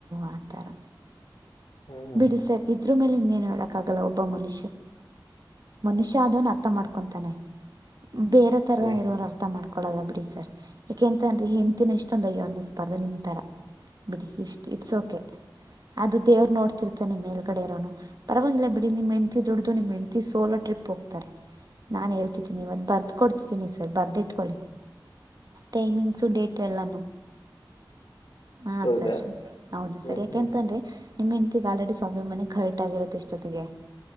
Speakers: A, on the right; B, on the left.
A: ಆ ತರ
B: ಹಾ
A: ಬಿಡಿ ಸರ್ ಇದ್ರ ಮೇಲೆನ್ನೇ ಲ್ಲ ಒಬ್ಬ ಮ್ಯ ಮನುಷ್ಯ ಅ ಅರ್ಥ ಮಾಡ್ಕೊಂತಾನೆ ಬೇರೆ ತರ
B: ಏ
A: ಇರೋರು ಅರ್ಥ ಮಾಡ್ಕೊಳ್ಳಳಲ್ಲ ಬಿಡಿ ಸರ್ ಏಕೆಂತಂದ್ರರಿ ಹೆಂಟು ಅಿನೆಷ್ಟೊಂದಯೋ ಅನ್ನಿಸ ಸ್ಪರ್ಧೆ ನಿಮ್ಮಥರ ಬಿಡಿ ಇಷ್ಟ ಇಟ್ಸ್ ಓಕೆ ಅದು ದೇವರು ನೋಡ್ತಿರ್ ನಿ ಮೇಲ್ ಕಡೆ ಇರೋನು ಪರವಾಗಿಲ್ಲ ಬಿಡಿ ನಿಮ್ ಹೆಂಡತಿ ದುಡ್ದು ನಿಮ್ ಹೆಂಡತಿ ಸೋಲೋ ಟ್ರಿಪ್ ಹೋಗ್ತಾರೆ ನಾನ್ ಹೇಳ್ತಿದ್ದೀನಿ ಇವತ್ತು ಬರ್ದುಕ ಕೊಡ್ತಿದ್ದೀನಿ ಸರ್ ಬರ್ದಿ ಇಟ್ಕೊಳ್ಳಿ ಟೈಮಿಂಗ್ಸ ಡೇಟ್ ಎಲ್ಲ ಹಾ
B: ಹೌದಾ
A: ಸರಿ ಹೌದು
B: ಹ್ಮ್
A: ಸರಿ ಯಾಕೆಂತಂದ್ರೆ
B: ಹ್ಮ್
A: ನಿಮ್ಮ ಇತಿಗ ಆಲ್ರೆಡಿ ಸಾಫಿ ಮನೆಗೆ ಖರಟ್ ಆಗರುತ್ತೆ ಇಷ್ಟೊತ್ತಿಗೆ